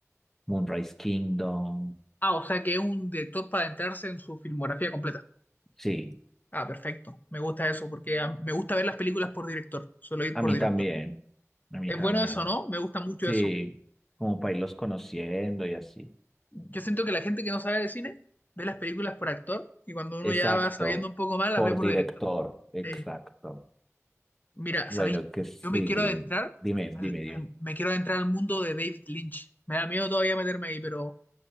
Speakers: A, in the centre; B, on the left.
A: Moonrise Kingdom.
B: Ah, o sea que es un director para adentrarse en su filmografía completa.
A: Sí,
B: Ah, perfecto. Me gusta eso, porque ah, me gusta ver las películas por director. Suelo ir
A: a
B: por
A: mí
B: director.
A: también, a mí
B: Es
A: también.
B: bueno eso, ¿no? Me gusta mucho
A: Sí,
B: eso.
A: como para irlos conociendo y así.
B: Yo siento que la gente que no sabe de cine ve las películas por actor y cuando uno
A: Exacto,
B: ya va sabiendo un poco más las
A: por
B: ve por
A: director,
B: director.
A: exacto.
B: Eh, mira,
A: Bueno,
B: ¿sabéis?
A: ¿qué sigue?
B: Yo me quiero adentrar
A: Dime, dime,
B: al,
A: dime.
B: al- me quiero adentrar al mundo de David Lynch. Me da miedo todavía meterme ahí, pero